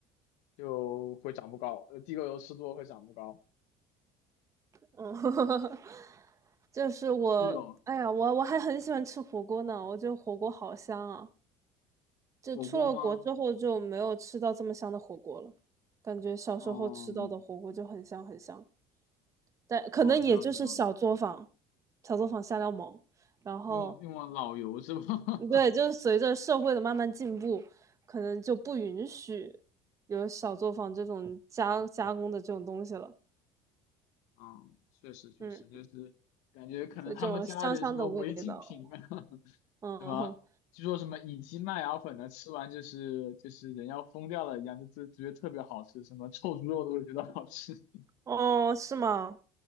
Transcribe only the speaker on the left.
就会长不高，呃地沟油吃多会长不高。
是有
火锅吗？
哦
哦，这样子吗？
用往用往老油是吧？
<laughs> 嗯，确实确实，
就是感觉可能他们加了点什么违禁品啊，
<laughs>
什么据说什么乙基麦芽粉呢，吃完就是就是人要疯掉了一样，就就觉得特别好吃，什么臭猪肉都会觉得好吃。<laughs>